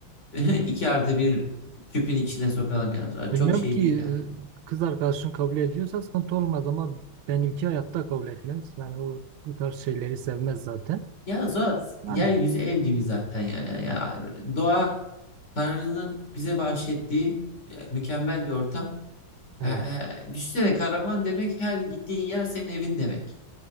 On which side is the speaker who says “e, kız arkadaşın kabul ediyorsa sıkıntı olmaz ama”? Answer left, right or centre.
Right